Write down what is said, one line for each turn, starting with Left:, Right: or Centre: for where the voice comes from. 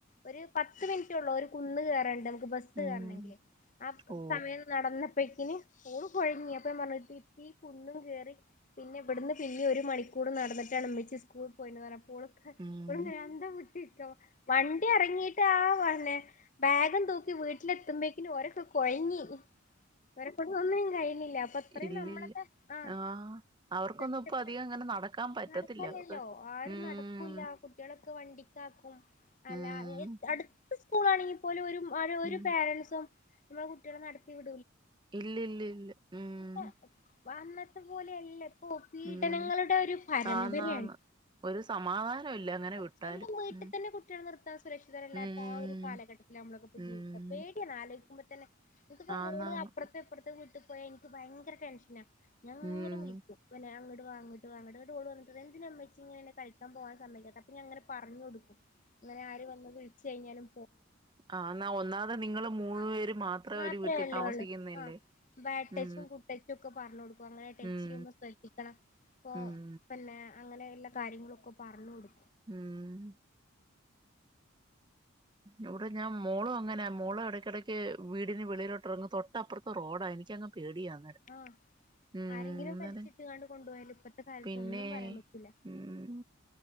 Left: ഒരു പത്ത് മിനിറ്റൊള്ളു ഒരു കുന്ന് കേറാൻണ്ട് ബസ്
Right: ഉം
Left: കേറണെങ്കില് ആ
Right: ഓ
Left: സമയം നടന്ന് ഇപ്പക്കിന് ഓള് കൊഴങ്ങി അപ്പം ഞാൻ പറഞ്ഞ് ഈ കുന്നും കേറി പിന്നെ ഇവിടുന്ന് പിന്നിം ഒരു മണിക്കൂർ നടന്നിട്ടാണ് ഇമ്മച്ചി സ്കൂൾ പോയിണ് പറ ഓളോക്കെ
Right: ഉം
Left: ഇപ്പളു ങ്ങനെ അന്തംവിട്ട് വണ്ടി എറങ്ങീട്ട് ആ വന്നെ ബാഗും തൂക്കി വീട്ടിലെത്തുമ്പക്കിനി ഓരൊക്കെ കൊഴങ്ങി ഇവരെ കൊണ്ട് ഒന്നിനും കയ്യിണില്ല അപ്പൊ അത്രയും
Right: ഇല്ലില്ല
Left: നമ്മളൊക്കെ ആ
Right: ആഹ് അവർക്കൊന്നും
Left: കഷ്ടപ്പെടാം
Right: ഇപ്പൊ അധികം അങ്ങനെ നടക്കാൻ പറ്റത്തില്ല
Left: നടക്കല്ലല്ലോ
Right: അവർക്ക്
Left: ആരും
Right: ഉം
Left: നടക്കൂല്ല കുട്ടികളൊക്കെ വണ്ടിക്കാക്കും അല്ല
Right: ഉം
Left: അട് സ്കൂളാണെങ്കിൽ പോലും ഒരു അ
Right: ഉം
Left: ഒരു പേരന്റ്സോ നമ്മളെ കുട്ടികളെ നടത്തി വി
Right: ഇല്ലി ല്ലില്ലില്ല ഉം
Left: ഇപ്പൊ അന്നത്തെ പോലെയല്ല പ്പൊപീഡനങ്ങളുടെ
Right: ഉം
Left: ഒരു പരമ്പരയാണ്
Right: ആന്നാന്ന് ഒരു സമാധാനം ഇല്ല അങ്ങനെ വിട്ടാലും
Left: സ്വന്തം വീട്ടി
Right: ഉം
Left: തന്നെ കുട്ടികളെ നിർത്താൻ സുരക്ഷിതരല്ലാത്ത
Right: ഉം
Left: ആ ഒരു കാലഘട്ടത്തിൽ നമ്മളൊക്കെ ഇപ്പൊ
Right: ഉം
Left: ജീവിക്ക പേടിയാണ് അലോയ്ക്കുമ്പോ ക്കുമ്പോ തന്നെ ഇത് ഇപ്പ
Right: ആന്നാന്ന്
Left: വള് അപ്പർത്തെ ഇപ്പർത്തെ വീട്ട് പോയ എനിക്ക് ഭയങ്കര ടെൻഷനാ ഞാന്
Right: ഉം
Left: വിളി പിന്നെ ഞാ ങ്ങട്ട് വാ ങ്ങട്ട് വാ ഇങ്ങട്ട് ഓള് വന്നിട്ട് എന്തിനാ ഇമ്മച്ചി ങ്ങനെ ഇന്നേ കളിക്കാൻ പോവാൻ സമ്മയ്ക്കാത്തെ അപ്പം ഞാ ങ്ങനെ പർഞ്ഞൊടു ഇങ്ങനെ ആര് വന്ന് വിളിച്ചഴിഞ്ഞാലും
Right: ആ എന്നാ ഒന്നാമത് നിങ്ങൾ മൂന്നു
Left: ആ
Right: പേര് മാത്രം
Left: മാത്രമല്ലേ
Right: ഒരു വീട്ടി താമസിക്കുന്നല്ലേ
Left: ഉള്ളൂ ആ ബാഡ് ടച്ചും
Right: ഉം
Left: ഗുഡ് ടച്ചും ഒക്കെ പറഞ്ഞു കൊടുക്കും അങ്ങനെ ടച്ച്
Right: ഉം
Left: ചെയ്യുമ്പോ ശ്രദ്ധിക്കണം ഇപ്പോ
Right: ഉം
Left: പിന്നെ അങ്ങനെ ള്ള കാര്യങ്ങളൊക്കെ പർഞ്ഞൊടു
Right: ഉം ഇവിടെ ഞാൻ മോളും അങ്ങനെയാ മോളും ഇടയ്ക്കിടക്ക് വീടിന് വെളിയിലോട്ടിറങ്ങും തൊട്ടപ്പുറത്ത് റോഡാ എനിക്കങ്ങ് പേടിയാ അന്നേരം
Left: ആ
Right: ഉം
Left: ആരെങ്കിലും വലിച്ചിട്ട്ങ്ങാണ്ട്
Right: അന്നേരം
Left: കൊണ്ടോയാല് ഇപ്പത്തെ കാലത്ത്
Right: പിന്നെ
Left: ഒന്നും പറയാൻ പറ്റില്ല
Right: ഉം